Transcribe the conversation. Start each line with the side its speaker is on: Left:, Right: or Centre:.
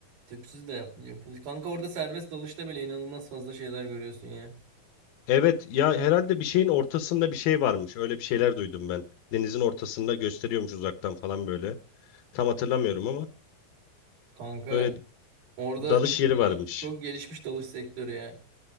Right: Tüpsüz de yap, yap- Kanka orada serbest dalışta bile inanılmaz fazla şeyler görüyorsun ya.
Left: Evet ya herhalde bir şeyin ortasında bir şey varmış. Öyle bir şeyler duydum ben. Denizin ortasında gösteriyormuş uzaktan falan böyle. Tam hatırlamıyorum ama
Right: Kanka
Left: öyle
Right: orada
Left: dalış
Right: çok
Left: yeri
Right: geliş,
Left: varmış.
Right: çok gelişmiş dalış sektörü ya.